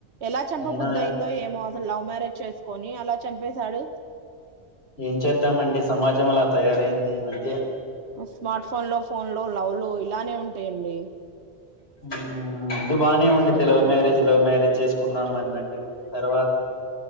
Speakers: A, on the right; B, on the left.
A: ఎలా చంపబుద్దయిందో
B: అయినా
A: ఏమో లవ్ మ్యారేజ్ చేసుకొని అలా చంపేశాడు.
B: ఏం చేద్దాంమండి సమాజం అలా తయారయింది ఈ మధ్య
A: ఒ స్మార్ట్ ఫోన్ లో ఫోన్లో లవ్లు ఇలానే ఉంటాయండి
B: ఊ ముందు బానే
A: అస్సలు
B: ఉండిది లవ్
A: నమ్మకూడదు
B: మ్యారేజ్ లవ్ మ్యారేజ్ చేసుకుందాం అన్నట్టుగా తర్వాత